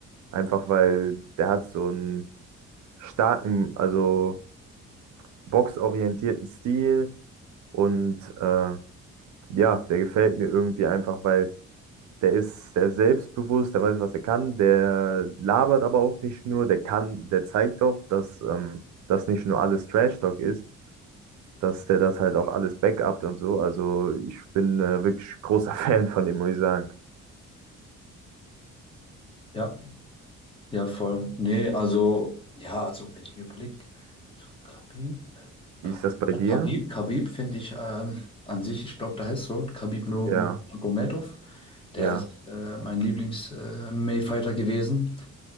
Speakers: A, on the right; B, on the left.
A: einfach weil der hat so einen starken, also boxorientierten Stil und äh, ja, der gefällt mir irgendwie einfach, weil Der ist, der ist selbstbewusst, der weiß, was er kann, der labert aber auch nicht nur, der kann, der zeigt auch, dass ähm, das nicht nur alles Trash-Talk ist, dass der das halt auch alles backupt und so. Also ich bin äh, wirklich großer <laughs> Fan von dem, muss ich sagen.
B: Ja, ja, voll. Nee, also, ja, also wenn ich mir überlege, so Khabib,
A: Wie
B: Ka-
A: ist das bei dir?
B: Khabib, Khabib finde ich ähm, an sich, ich glaube, der heißt so, Khabib Nur-
A: Ja,
B: Nurmagomedov, der
A: ja.
B: ist äh, mein Lieblings-MMA-Fighter gewesen.